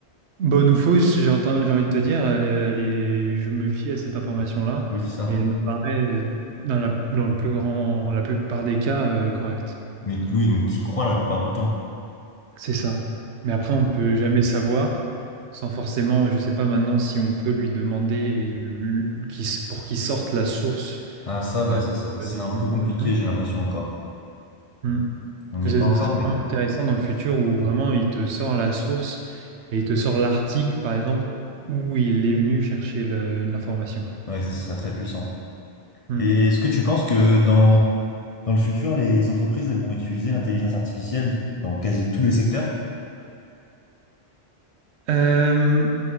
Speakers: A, on the right; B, on the left.
A: Bonne ou fausse, j'ai enten- j'ai envie de te dire, elle est- elle est- je me fie à cette information-là
B: Oui, c'est ça.
A: et elle me paraît, euh, dans la, dans le plus grand, la plupart des cas, euh, correcte.
B: Mais t- oui, donc tu y crois la plupart du temps.
A: C'est ça. Mais après,
B: Ok.
A: on peut jamais savoir sans forcément, je sais pas maintenant si on peut lui demander et lui- qu'il pour qu'il sorte la source
B: Ah ça, bah
A: euh,
B: ça, ça- c'est
A: de
B: un peu
A: son information.
B: compliqué, j'ai l'impression encore.
A: Hmm.
B: On n'y
A: Parce
B: est
A: que
B: pas
A: ce
B: encore,
A: serait
B: mais
A: vraiment intéressant dans le futur où vraiment il te sort la source et il te sort l'article, par exemple, où il est venu chercher le- l'information.
B: ouais, ça serait très puissant.
A: Hmm.
B: Et est-ce que tu penses que dans, dans le futur, les entreprises, elles vont utiliser l'intelligence artificielle dans quasi tous les secteurs?
A: Euh,